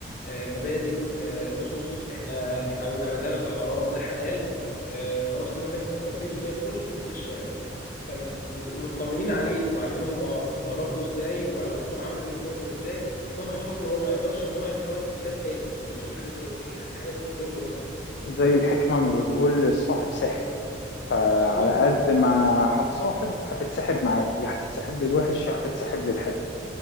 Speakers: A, on the left (about 45°); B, on the left (about 70°).
A: آه، مبادئ آه، اسس احنا اتعودنا على ده ده حرام ده حلال آه، خلاص تمام انت اتربيته زي الفل انزل الشارع فمطمنين عليه هم عارفين هم هم ربوا ازاي وعلاقتهم عامله بابنهم ازاي مهما حصل هو ما يقدرش ان هو ينخرط في مجال تاني او يخش حاجه زي يعني حاجه تضره مثلا
B: زي الحكمة ما بتقول الصاحب ساحب فعلى
A: مظبوط
B: قد ما هتصاحب هتتسحب معاه يا هتتسحب للوحش يا هتتسحب للحلو